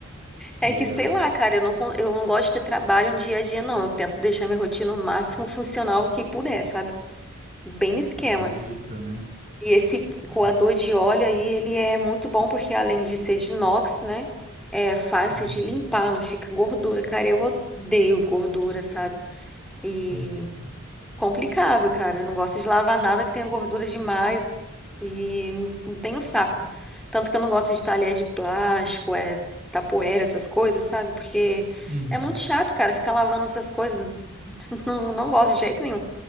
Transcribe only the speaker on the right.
Que
legal.
Ah, é o jeito, né?
É o jeito.
Uhum.
Uhum.
Uhum.